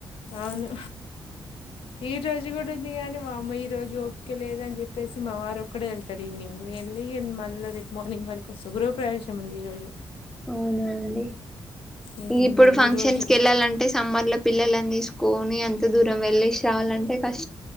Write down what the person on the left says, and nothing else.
అవును ఈ రోజు కూడా ఉంది కానీ మా అమ్మ ఈ రోజు ఓపికలేదని చెప్పేసి మా వారు ఒక్క వెళ్తారు కడివినింగ్ వెళ్ ఏందీ మళ్ళ రేపు మార్నింగ్ వరకు వస్త గృహ ప్ర్రవేశం ఉంది ఈ రోజు
ఈ
ఈరోజు